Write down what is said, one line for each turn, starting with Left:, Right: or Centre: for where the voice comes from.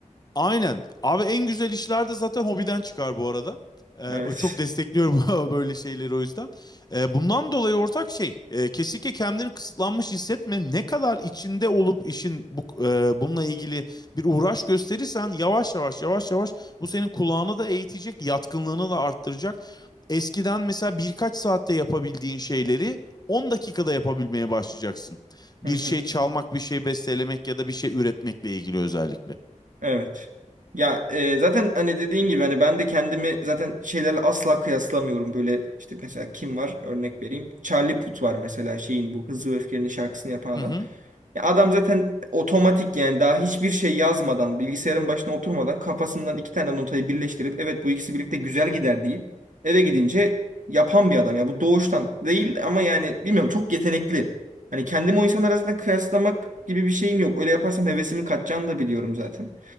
Left: Aynen. Abi en güzel işler de zaten hobiden çıkar bu arada. Ee,
Right: Evet.
Left: o çok destekliyorum <laughs> böyle şeyleri o yüzden. Ee, bundan dolayı ortak şey e, kesinlikle kendini kısıtlanmış hissetme. Ne kadar içinde olup işin bu, e, bununla ilgili bir uğraş gösterirsen yavaş yavaş yavaş yavaş bu senin kulağını da eğitecek, yatkınlığını da arttıracak. Eskiden mesela birkaç saatte yapabildiğin şeyleri 10 dakikada yapabilmeye başlayacaksın. Bir
Right: Hı hı.
Left: şey çalmak, bir şey bestelemek ya da bir şey üretmekle ilgili özellikle.
Right: Evet. Ya e, zaten hani dediğin gibi hani ben de kendimi zaten şeylerle asla kıyaslamıyorum. Böyle işte mesela kim var? Örnek vereyim. Charlie Puth var mesela şeyin bu Hızlı ve Öfkeli'nin şarkısını yapan adam.
Left: Hı hı.
Right: Ya adam zaten otomatik yani daha hiçbir şey yazmadan, bilgisayarın başına oturmadan kafasından iki tane notayı birleştirip evet bu ikisi birlikte güzel gider deyip eve gidince yapan bir adam. Ya bu doğuştan değil ama yani bilmiyorum çok yetenekli. Hani kendimi o insanlara zaten kıyaslamak gibi bir şeyim yok. Öyle yaparsam hevesimin kaçacağını da biliyorum zaten.